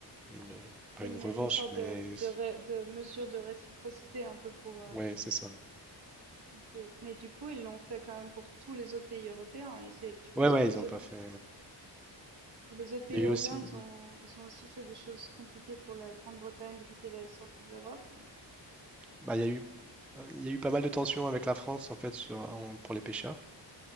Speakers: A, in the centre; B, on the right.
A: une,
B: C'est
A: pas une
B: une,
A: revanche,
B: une sorte
A: mais
B: de, de, ré- de mesure de réciprocité un peu pour. euh,
A: ouais, c'est ça.
B: ok. Mais du coup, ils l'ont fait quand même pour tous les autres pays européens. Et c'est, tu penses
A: Ouais, ouais,
B: que les
A: ils n'ont
B: autres,
A: pas fait.
B: les autres pays
A: Il y a
B: européens,
A: eu aussi,
B: ils ont, ils ont aussi fait des choses compliquées pour la Grande-Bretagne depuis qu'elle est sortie de l'Europe? ou-
A: bah, il y a eu, il y a eu pas mal de tensions avec la France en fait sur, en- pour les pêcheurs,